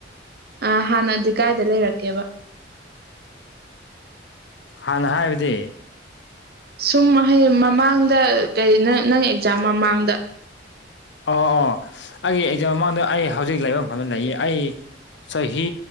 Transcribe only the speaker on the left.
ꯍꯥꯟꯅ ꯍꯥꯏꯕꯗꯤ
ꯑꯣ ꯑꯣ ꯑꯩꯒꯤ ꯑꯦꯛꯖꯥꯝ ꯃꯃꯥꯡꯗ ꯑꯩ ꯍꯧꯖꯤꯛ ꯂꯩꯥꯕ ꯃꯐꯝꯘ ꯂꯩꯌꯦ ꯑꯩ ꯆꯍꯤ